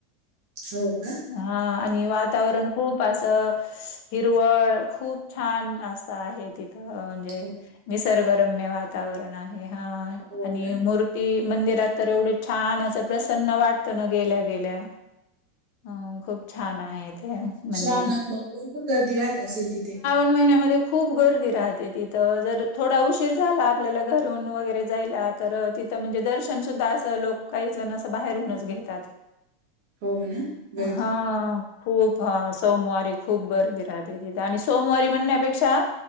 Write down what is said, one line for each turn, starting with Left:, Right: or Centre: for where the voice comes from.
Right: हो का
Left: हा आणि वातावरण खूप असं हिरवळ खूप छान अस आहे तिथ अ म्हणजे
Right: हो
Left: निसर्गरम्य वातावरण आहे ह
Right: हो
Left: आणि
Right: ना
Left: मूर्ती मंदिरात तर एवढं छान असं प्रसन्न वाटतं ना गेल्या गेल्या अ खूप छान आहे ते मंदिर
Right: श्रावणात मग भरपूर गर्दी राहत असेल तिथे
Left: दोन महिन्यामध्ये खूप गर्दी राहते तिथं जर थोडा उशीर झाला आपल्याला घरून वगैरे जायला तर तिथं म्हणजे दर्शन सुद्धा असं लोक काही जण असं बाहेरूनच घेतात
Right: हो ना बर..
Left: हा खूप हा सोमवारी खूप गर्दी राहते तिथे आणि सोमवारी म्हणण्यापेक्षा